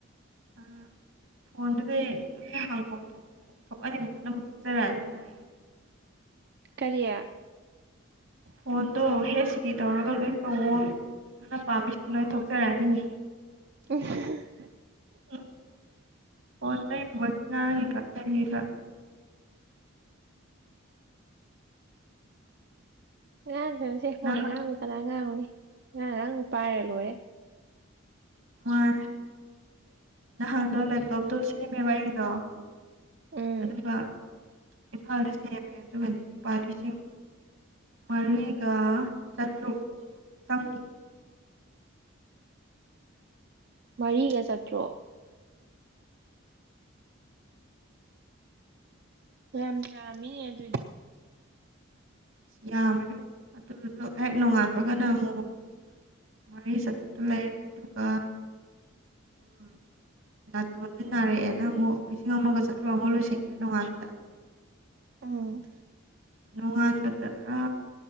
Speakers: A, on the right (about 75°); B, on the right (about 50°).
A: <unintelligible>
B: ꯀꯔꯤ
A: ꯑꯣꯗ ꯍꯦꯁꯤꯔꯤ ꯇꯧꯔꯒ ꯂꯣꯏ ꯀꯧꯑꯣ ꯅꯪꯅ ꯄꯥꯝꯃꯤꯁꯤꯡ ꯂꯣꯏ ꯊꯣꯛꯆꯔꯛꯑꯅꯤꯌꯦ
B: <unintelligible>
A: ꯎꯝ ꯐꯣꯟ ꯂꯩꯔꯨꯕꯒꯤ ꯉꯥꯡꯉꯤꯕ ꯆꯩꯔꯤꯕ
B: <unintelligible>
A: ꯅꯍꯥꯟ ꯃꯥꯅꯦ
B: <inaudible>
A: ꯅꯍꯥꯟꯗꯣ ꯂꯦꯞꯇꯣꯞꯇꯣ ꯁꯦꯝꯃꯦꯕ ꯑꯩꯒꯤꯗꯣ
B: ꯎꯝ
A: ꯑꯗꯨꯒ ꯏꯝꯐꯥꯜꯗ ꯁꯦꯝꯃꯦ ꯑꯗꯨꯒꯅꯦ ꯂꯨꯄꯥ ꯂꯤꯁꯤꯡ ꯃꯔꯤꯒ ꯆꯇꯔꯨꯛ ꯆꯪꯉꯤ
B: ꯃꯔꯤꯒ ꯆꯥꯇ꯭ꯔꯨꯛ ꯌꯥꯝ ꯌꯥꯝꯃꯤꯅꯦ ꯑꯗꯨꯏꯗꯤ
A: ꯌꯥꯝꯃꯦ ꯏꯕꯦꯝꯃꯥ ꯑꯗꯨꯖꯨ ꯍꯦꯛ ꯅꯣꯡꯉꯥꯟꯕꯒꯥ ꯑꯃꯨꯛ ꯃꯔꯤ ꯁꯠꯇ ꯂꯩꯌꯦꯦ ꯑꯗꯨꯒ ꯎꯝ ꯅꯥꯇꯣꯟꯗꯤ ꯅꯥꯔꯛꯑꯦꯅ ꯑꯃꯨꯛ ꯂꯤꯁꯤꯡ ꯑꯃꯒ ꯆꯥꯇ꯭ꯔꯨꯛ ꯑꯃ ꯂꯣꯏꯁꯟꯈ꯭ꯔꯦ ꯇꯣꯡꯉꯥꯟꯕꯗ
B: ꯎꯝ
A: ꯅꯣꯡꯉꯥꯟꯕꯗꯔꯥ